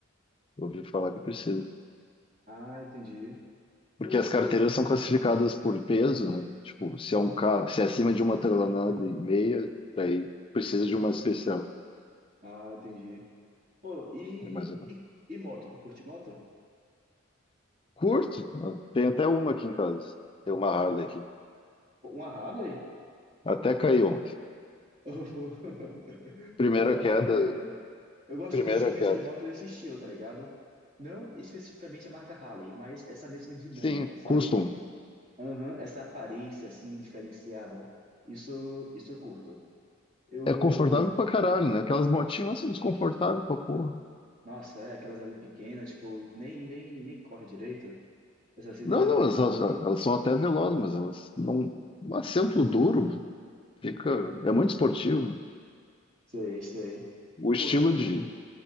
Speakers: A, on the left; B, on the right.
A: eu ouvi falar que precisa.
B: Ah, entendi.
A: Porque
B: Pô, tipo.
A: as carteiras são classificadas por peso, né? Tipo, se é um carro, se é acima de uma tonelada e meia, daí precisa de uma especial.
B: Ah, entendi. Pô, e.
A: É mais ou menos.
B: E, e moto? Tu curte moto?
A: Curto, né? tem até uma aqui em casa. Tem uma Harley aqui.
B: Pô, Uma Harley?
A: Até caiu ontem.
B: <laughs>
A: Primeira
B: Pô, bacana,
A: queda,
B: mano. Eu gosto
A: primeira
B: justamente
A: queda.
B: de moto nesse estilo, tá ligado? Não especificamente a marca Harley, mas essa mesma dinâmica,
A: Sim,
B: sabe?
A: custom.
B: Aham, essa aparência, assim, diferenciada. Isso, isso eu curto. Eu,
A: É confortável pra caralho, né? Aquelas motinhas elas são desconfortáveis pra porra.
B: nossa, é, aquelas ali pequenas, tipo, que nem, nem, nem corre direito. Essa assim
A: Não,
B: também não
A: não,
B: curto,
A: elas,
B: não.
A: elas- elas são até velozes, mas elas não. Um assento duro fica. É muito esportivo. né?
B: Sei, sei.
A: O
B: Pô,
A: estilo
B: tipo,
A: de,